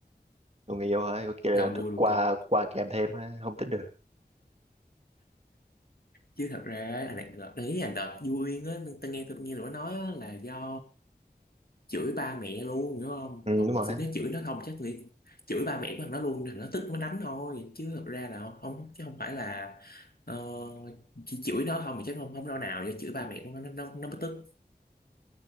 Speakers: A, on the right (about 40°); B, on the left (about 60°).
A: Còn người yêu hả? Có kia là
B: nào
A: được
B: nuôi
A: qua
B: được con
A: qua kèm thêm ha, không tính được.
B: chứ thật ra á, là đợt đấy là đợt vui á tôi nghe tôi nghe tụi nó nói á, là do chửi ba mẹ luôn hiểu không
A: Ừ,
B: còn
A: đúng
B: hồi
A: rồi.
B: xưa nó chửi nó không chắc nghĩ chửi ba mẹ của thằng nó luôn thằng nó tức mới đánh thôi chứ thật ra là không chứ không phải là ờ, chỉ chửi nó không thì chắc không không đâu nào do chửi ba mẹ của nó nó nó, nó mới tức